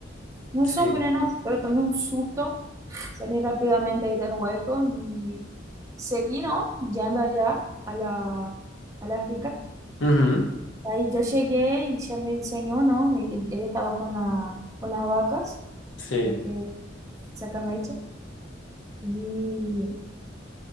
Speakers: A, on the right; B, on the left.
A: No
B: Sí.
A: son venenosas, pero tomé un susto, salí rápidamente ahí del hueco y seguí, ¿no? Yendo allá a la, a la finca.
B: Ujú,
A: Ahí yo llegué y ya me enseñó, ¿no? Él, él estaba con la, con las vacas,
B: Sí.
A: las que sacan leche. Y